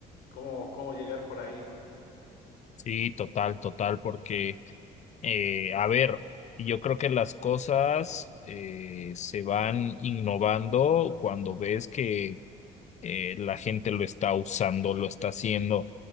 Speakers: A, on the left; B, on the left.
A: cómo, cómo llegar por ahí.
B: sí, total, total, porque Eh, a ver, yo creo que las cosas eh, se van innovando cuando ves que eh, la gente lo está usando, lo está haciendo.